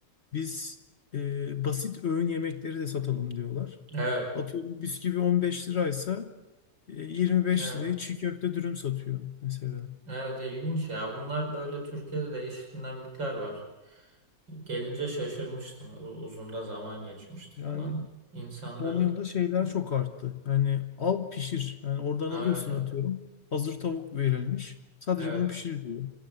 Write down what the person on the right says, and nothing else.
Evet.
Evet.
Evet ilginç ya. Bunlar böyle Türkiye'de değişik dinamikler var. Gelince şaşırmıştı. U- Uzun da zaman geçmişti
falan. İnsanların
evet.
Aa,
evet evet.
Evet.